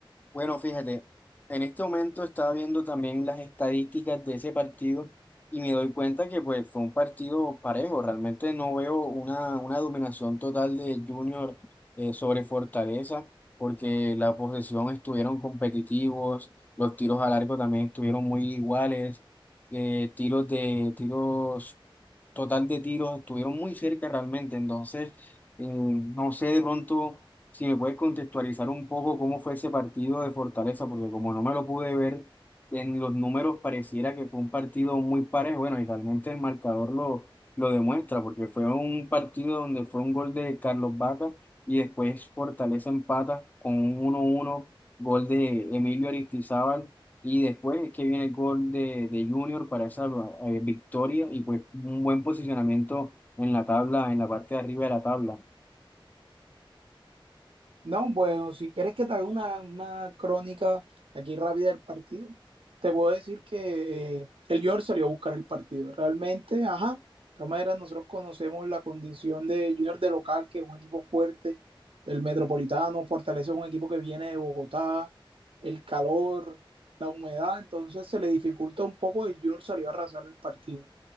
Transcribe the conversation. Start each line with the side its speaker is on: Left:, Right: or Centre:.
Left: Bueno, fíjate, en este momento estaba viendo también las estadísticas de ese partido y me doy cuenta que pues fue un partido parejo. Realmente no veo una, una dominación total de Junior eh, sobre Fortaleza porque la posesión estuvieron competitivos, los tiros al arco también estuvieron muy iguales, eh, tiros de tiros total de tiros, estuvieron muy cerca realmente, entonces eh, no sé de pronto si me puedes contextualizar un poco cómo fue ese partido de Fortaleza, porque como no me lo pude ver en los números pareciera que fue un partido muy parejo, bueno, y realmente el marcador lo, lo demuestra, porque fue un partido donde fue un gol de Carlos Vaca y después Fortaleza empata con un uno uno gol de Emilio Aristizábal y después es que viene el gol de, de Junior para esa eh, victoria y pues un buen posicionamiento en la tabla, en la parte de arriba de la tabla.
Right: No, bueno, si quieres que te haga una, una crónica aquí rápida del partido, te puedo decir que eh, el Junior salió a buscar el partido. Realmente, ajá, de todas maneras nosotros conocemos la condición de Junior de local, que es un equipo fuerte, el Metropolitano, Fortaleza es un equipo que viene de Bogotá, el calor, la humedad, entonces se le dificulta un poco y el Junior salió a arrasar el partido.